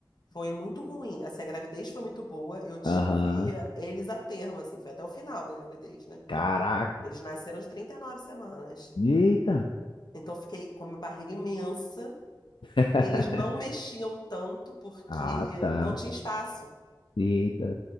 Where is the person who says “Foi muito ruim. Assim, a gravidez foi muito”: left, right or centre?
Left